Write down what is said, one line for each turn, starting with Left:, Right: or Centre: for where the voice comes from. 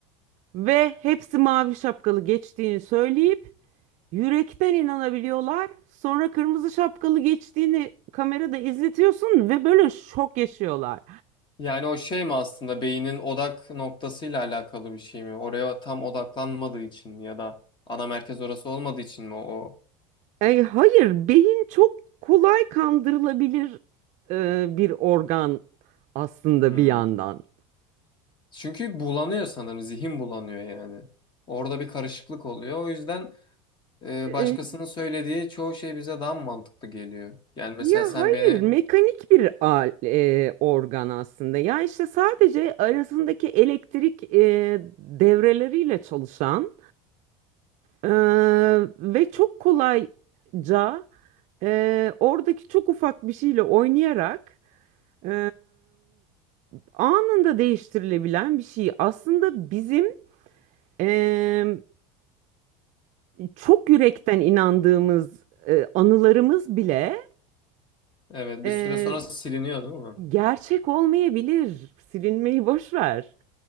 Right: ve hepsi mavi şapkalı geçtiğini söyleyip yürekten inanabiliyorlar. Sonra kırmızı şapkalı geçtiğini kamerada izletiyorsun ve böyle şok yaşıyorlar.
Left: Yani o şey mi aslında beynin odak noktasıyla alakalı bir şey mi? Oraya tam odaklanmadığı için mi ya da ana merkez orası olmadığı için mi o? o-
Right: Ay, hayır, beyin çok kolay kandırılabilir e, bir organ aslında
Left: Hmm.
Right: bir yandan.
Left: Çünkü bulanıyor sanırım zihin bulanıyor yani. Orada bir karışıklık oluyor. O yüzden e,
Right: E,
Left: başkasının söylediği çoğu şey bize daha mı mantıklı geliyor. Yani mesela
Right: ya
Left: sen
Right: hayır,
Left: beni
Right: mekanik bir al, e, organ aslında. Ya işte sadece arasındaki elektrik e, devreleriyle çalışan e, ve çok kolayca e, oradaki çok ufak bir şeyle oynayarak e, anında değiştirilebilen bir şey. Aslında bizim e, çok yürekten inandığımız e, anılarımız bile
Left: evet
Right: e,
Left: bir süre sonra siliniyor değil mi?
Right: gerçek olmayabilir. Silinmeyi boş ver.